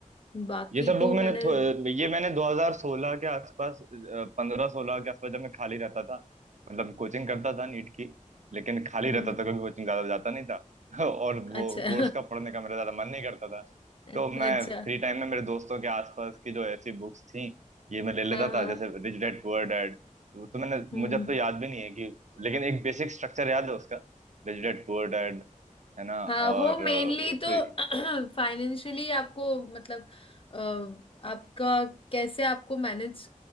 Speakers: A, on the left; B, on the right.
A: बाकी
B: ये सब
A: तो
B: बुक
A: मैंने
B: मैंने थो- ये मैंने 2016 के आसपास पंद्रह सोलह के आसपास जब मैं खाली रहता था मतलब कोचिंग करता था नीट की लेकिन खाली
A: हम्म
B: रहता था क्योंकि कोचिंग ज्यादा जाता नहीं था <laughs> और
A: अच्छा
B: वो कोर्स का पढ़ने का मेरा ज्यादा मन नहीं करता था
A: <laughs>
B: तो मैं
A: अच्छा
B: फ्री टाइम में मेरे दोस्तों के आसपास की जो ऐसी बुक्स थी ये मैं ले लेता
A: हाँ हाँ
B: था जैसे रिच डैड पुअर डैड तो मैंने
A: हम्म
B: मुझे अब तो याद भी नहीं है कि लेकिन एक बेसिक स्ट्रक्चर याद है उसका रिच डैड पुअर डैड है ना
A: हाँ
B: और
A: वो
B: अ,
A: मेनली तो
B: फिर
A: <clears throat> फाइनेंशियली आपको मतलब अ, आपका कैसे आपको मैनेज